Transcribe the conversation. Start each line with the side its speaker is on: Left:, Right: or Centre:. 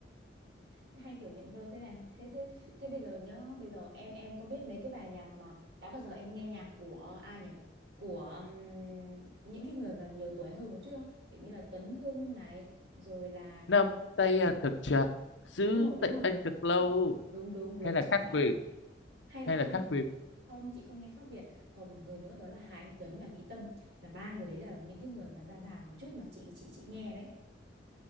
Right: hay kiểu nhận vơ thế này thế thế thế bây giờ nhá bây giờ em em có biết mấy cái bài nhạc mà đã bao giờ em nghe nhạc của ai nhỉ của um, những cái người mà nhiều tuổi hơn một chút không kiểu như là Tuấn Hưng này rồi là
Left: nắm tay anh thật chặt giữ
Right: đúng rồi đúng
Left: tay
Right: rồi
Left: anh thật lâu
Right: đúng đúng đúng
Left: hay là
Right: chính
Left: khác
Right: xác
Left: biệt
Right: hay là
Left: hay
Right: không
Left: là khác biệt
Right: không chị không nghe khác Việt còn một người nữa đó là Hà Anh Tuấn và Mỹ Tâm là ba người đấy là những cái người mà già già một chút mà chị chị chị nghe đấy